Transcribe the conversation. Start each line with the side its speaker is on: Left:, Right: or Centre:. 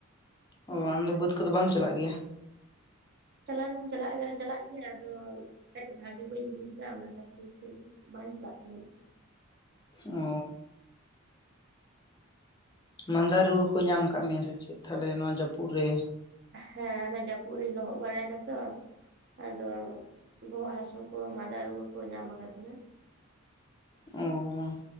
Left: ᱚ ᱟᱢᱫᱚ ᱵᱟᱹᱫᱽ ᱠᱚᱫᱚ ᱵᱟᱢ ᱪᱟᱞᱟᱜ ᱜᱮᱭᱟ᱾
Right: ᱪᱟᱞᱟᱣ ᱫᱚᱧ ᱪᱟᱞᱟᱜ ᱪᱟᱞᱟᱜ ᱜᱮᱭᱟ ᱟᱫᱚ ᱠᱟᱴᱤᱡ ᱵᱷᱟᱜᱤ ᱵᱟᱹᱧ ᱵᱩᱡᱽ ᱮᱫᱟ ᱚᱱᱟ ᱠᱷᱟᱛᱤᱨ ᱛᱮ᱾ ᱵᱟᱧ ᱪᱟᱞᱟᱜ ᱥᱟᱱᱟᱧ ᱠᱟᱱᱟ᱾
Left: ᱚ᱾ ᱢᱟᱫᱟ ᱨᱩᱣᱟᱹ ᱠᱚ ᱧᱟᱢ ᱠᱟᱜ ᱢᱮᱭᱟ ᱥᱮ ᱪᱮᱜ ᱛᱟᱦᱞᱮ ᱱᱚᱣᱟ ᱡᱟᱯᱩᱜ ᱨᱮ᱾
Right: ᱦᱮᱸ ᱱᱚᱣᱟ ᱡᱟᱯᱩᱜ ᱨᱤᱧ ᱞᱚᱦᱚᱜ ᱵᱟᱲᱟᱭ ᱱᱟᱛᱚ᱾ ᱟᱫᱚ ᱵᱚᱦᱚᱜ ᱦᱟᱥᱩ ᱠᱚ ᱢᱟᱫᱟ ᱨᱩᱣᱟᱹ ᱠᱚ ᱧᱟᱢ ᱟᱠᱟᱫᱤᱧᱟ᱾
Left: ᱚᱻ᱾